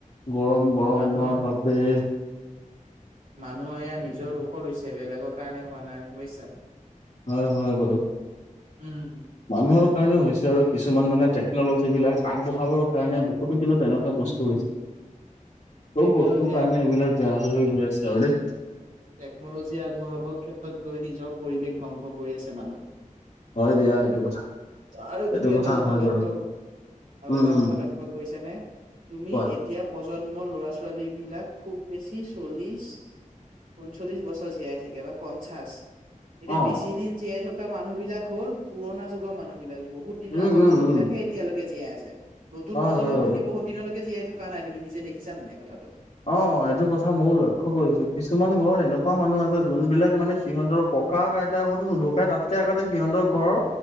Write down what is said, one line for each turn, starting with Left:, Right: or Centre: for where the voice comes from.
Left: গৰম গৰম
Right: মানুহৰ
Left: গৰম বাপৰে।
Right: মানুহ এয়া নিজৰ দুখত হৈছে বেলেগৰ কাৰণে হোৱা নাই বুজিছা।
Left: হয় হয় বাৰু।
Right: উম।
Left: মানুহৰ কাৰণেও হৈছে আৰু কিছুমান মানে টেকনলজী বিলাক আগবঢ়াবৰ কাৰণে বহু। কিন্তু তেনেকুৱা
Right: উম
Left: বস্তু হৈছে
Right: টেকনলজি
Left: চব বস্তুৰ কাৰণে
Right: আগ
Left: এইবিলাক বেয়া হৈ হৈ গৈ আছে আৰু দেই।
Right: টেকনলজি আগবঢ়াবৰ ক্ষেত্ৰত গৈ নিজৰ পৰিৱেশ ধ্বংস কৰি আছে মানুহে।
Left: হয় দিয়া সেইটো কথা
Right: আৰু
Left: সেইটো
Right: তুমি এটা কথা
Left: হয়
Right: লক্ষ্য
Left: বাৰু
Right: ক আৰু
Left: উম
Right: এটা
Left: উম
Right: কথা লক্ষ্য কৰিছ নে? তুমি
Left: কোৱা
Right: এতিয়া প্ৰশ জন্ম ল'ৰা ছোৱালী বিলাক খুব বেছি চল্লিছ পঞ্চল্লিশ বছৰ জীয়াই থাকে বা পঞ্চাছ এতিয়া
Left: অ
Right: বেছি দিন জীয়াই থ মানুহ বিলাক হ'ল পুৰণা যুগৰ মানুহ বিলাক বহুত দিনৰ
Left: উম
Right: আগৰ
Left: উম
Right: মানুহ
Left: উম
Right: বিলাকহে এতিয়ালৈকে জীয়াই আছে। নতুন
Left: হয়
Right: প্ৰজন্ম
Left: হয় বাৰু
Right: খিনি বহুত দিনলৈকে জীয়াই থকা নাই তুমি নিজে দেখিছা নাই কথাটো।
Left: অ এইটো কথা ময়ও লক্ষ্য কৰিছো কিছুমান ঘৰত এনেকুৱা মানুহ আছে যোনবিলাক মানে সিহঁতৰ ক ককা আইতা ঘৰৰতটো নুধুকাই তাতকে আগতে সিহঁতৰ ঘৰৰ